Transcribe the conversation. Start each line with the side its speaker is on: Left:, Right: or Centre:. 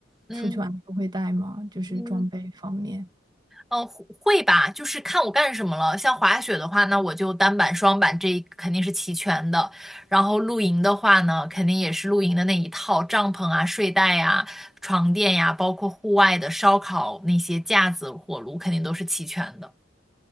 Centre: 嗯
Right: 出去玩的时候会带吗？就是装备方面
Centre: 嗯，呃，会吧，就是看我干什么了。像滑雪的话，那我就单板、双板这一肯定是齐全的。然后露营的话呢，肯定也是露营的那一套，帐篷啊、睡袋呀、床垫呀，包括户外的烧烤那些架子、火炉，肯定都是齐全的。